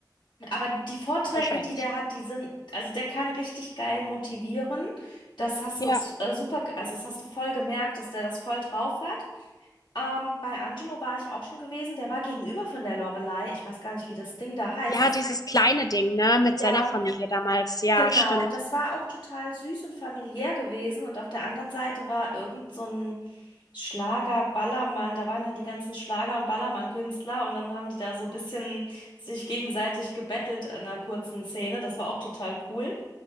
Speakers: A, on the left; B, on the left.
A: aber die Vorträge,
B: Wahrscheinlich.
A: die der hat, die sind, also der kann richtig geil motivieren. Das hast
B: Ja.
A: du t- äh, super, ge- also das hast du voll gemerkt, dass der das voll drauf hat. Ähm, bei Angelo war ich auch schon gewesen, der war gegenüber von der Lorelei. Ich weiß gar nicht, wie das Ding da heißt.
B: Ja,
A: Das,
B: dieses kleine Ding, ne, mit
A: ja.
B: seiner Familie damals. Ja,
A: Genau,
B: stimmt.
A: das war auch total süß und familiär gewesen. Und auf der anderen Seite war irgend so ein Schlager-Ballermann. Da waren dann die ganzen Schlager- und Ballermann-Künstler und dann haben die da so ein bisschen sich gegenseitig gebettelt in einer kurzen Szene. Das war auch total cool.